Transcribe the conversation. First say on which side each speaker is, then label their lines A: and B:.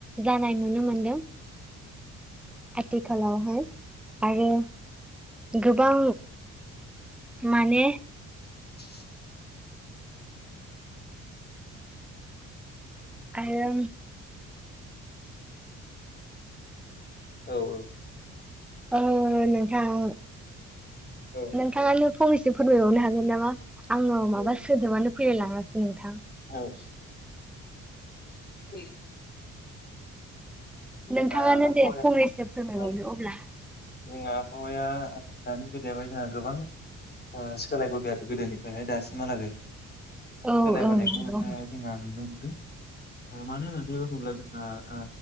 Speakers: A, in the centre; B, on the left.
A: जानाय नुनो मोनदों। आथिखालावहाय आरो गोबां माने
B: <inaudible>
A: आरो
B: औ औ
A: ओ औ औ नोंथां औ।
B: औ
A: नोंथाङा फंनैसो फोरमायबावनो हागोन नामा? आङो
B: औ
A: माबा सोदोबानो फैलायलाङा। नोंथां
B: औ <inaudible> जोंहा
A: नोंथाङानो
B: आबहावाया
A: दे फंनैसो फोरमायबावदो
B: औ
A: अब्ला।
B: जोंहा आबहावाया दानि बेलायावहाय जोंहा गोबां ओ सोलायबोबाय आरो गोदोनिफ्रायहाय दासिमहालागै।
A: औ
B: सोलायबोनायखौ
A: औ नंगौ
B: जोंहा नुनो मोनो। ओ मानो होननानै बुङोब्ला जोंहा ओ